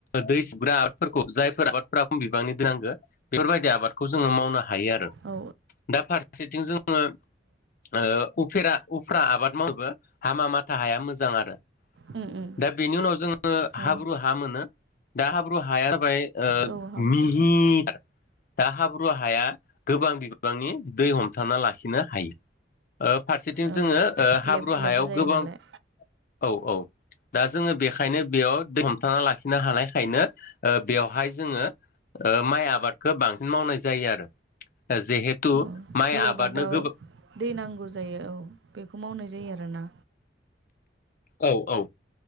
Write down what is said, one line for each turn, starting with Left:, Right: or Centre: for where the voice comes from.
Left: दै सुग्रा आबादफोरखौ <inaudible> फ्रा खम बिबांनि दै नांगो बेफोर बायदि आबादखौ जोङो मावनो हायो आरो।
Right: औ
Left: दा फार सेथिं जोङो ओ उफेरा उफ्रा आबाद मावनोबो हामा मा था हाया मोजां आरो।
Right: उम उम
Left: दा बेनि उनाव जोङो ङो
Right: औ
Left: हाब्रु हा मोनो दा हाब्रु हाया जाबाय
Right: औ हाब्रु
Left: मिहि थार दा हाब्रु हाया गोबां बिबांनि दै हमथाना लाखिनो हायो। ओ फारसेथिं
Right: औ
Left: जोङो
Right: ग्लेब
Left: हाब्रु
Right: ग्लेब
Left: हायाव
Right: जायो
Left: गोबां
Right: नालाय
Left: औ औ दा जोङो बेखायनो बेयाव हमथाना लाखिनो हानायखायनो ओ बेवहाय जोङो ओ माइ आबादखौ बांसिन मावनाय जायो आरो। जिहेथु
Right: औ
Left: माइ
Right: जि
Left: आबादनो
Right: आबादाव
Left: गोब
Right: दै नांगौ जायो औ बेखौ मावनाय जायो आरोना।
Left: औ औ